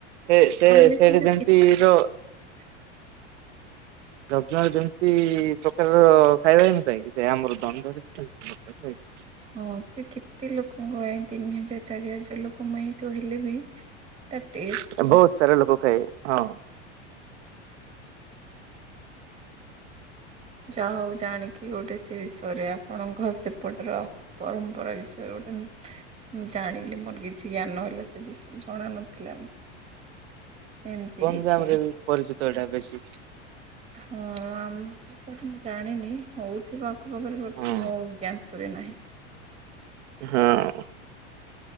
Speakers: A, on the right; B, on the right.
A: ସେ ସେ
B: କହିଲେ
A: ସେଇଟା
B: ଯୋଉ
A: ଯେମିତି
B: ଏ
A: ର
B: <inaudible>
A: ଯଜ୍ଞ ର ଯେମିତି ପ୍ରକାରର ଖାଇବା ହେଇନଥା କି ସେ ଆମର ଦଣ୍ଡ ରେ <inaudible>
B: ହଁ ସେ କେତେ ଲୋକଙ୍କ ତିନି ହଜାର ଚାରି ହଜାର ଲୋକ ପାଇଁ ତ ହେଲେ ବି ତା ଟେଷ୍ଟ
A: ହୁଏ। ବହୁତ
B: ଓ
A: ସାରା ଲୋକ ଖାଏ। ହଁ
B: ଯାହା ହଉ ଜାଣିକି ଗୋଟେ ସେ ବିଷୟରେ ଆପଣଙ୍କର ସେପଟର ପରମ୍ପରା ବିଷୟରେ ଗୋଟେ ମୁଁ ଜାଣିଲି ମୋର କିଛି ଜ୍ଞାନହଲେ ସେ ବିଷୟରେ ଜଣ ନଥିଲା। ଏମିତି
A: ଗଞ୍ଜାମ
B: କିଛି
A: ରେ ବି ପରିଚିତ ଏଇଟା ବେଶୀ।
B: ହଁ ଆମ ଏପଟେ ମୁଁ ଜାଣିନି ହଉଥିବା ଆଖ ପାଖରେ
A: ହଁ।
B: ମୋଜ୍ଞାନ ତରେ ନାହିଁ।
A: ହଁ।